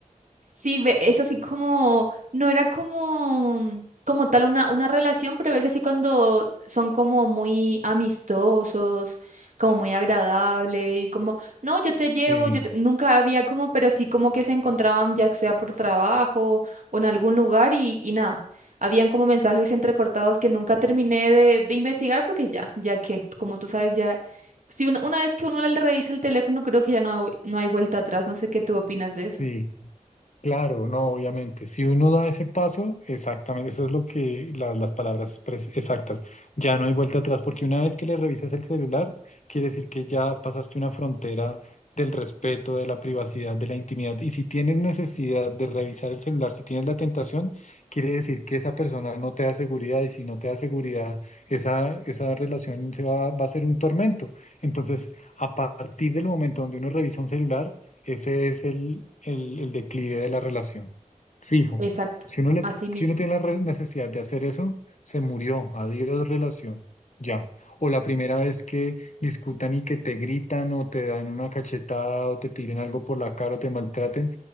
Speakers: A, on the right (about 65°); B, on the left (about 60°).
A: Sí, ve- es así como, no era como, como tal una, una relación, pero ves así cuando son como muy amistosos, como muy agradable y como, no, yo te llevo,
B: Sí,
A: yo te-". nunca había como, pero sí como que se encontraban ya sea por trabajo o en algún lugar y, y nada, habían como mensajes entrecortados que nunca terminé de, de investigar porque ya, ya que, como tú sabes, ya, si una, una vez que uno le revisa el teléfono, creo que ya no, no hay vuelta atrás, no sé qué tú opinas de eso.
B: sí. Claro, no, obviamente. Si uno da ese paso, exactamente, eso es lo que la- las palabras pres- exactas. Ya no hay vuelta atrás, porque una vez que le revisas el celular, quiere decir que ya pasaste una frontera del respeto, de la privacidad, de la intimidad. Y si tienes necesidad de revisar el celular, si tienes la tentación, quiere decir que esa persona no te da seguridad y si no te da seguridad, esa, esa relación se va, va a ser un tormento. Entonces, a partir del momento donde uno revisa un celular, ese es el, el, el declive de la relación. Fijo.
A: Exacto,
B: Si uno le,
A: así mismo,
B: si uno tiene la re- necesidad de hacer eso, se murió. Adiós relación. Ya. O la primera vez que discutan y que te gritan o te dan una cachetada o te tiren algo por la cara o te maltraten,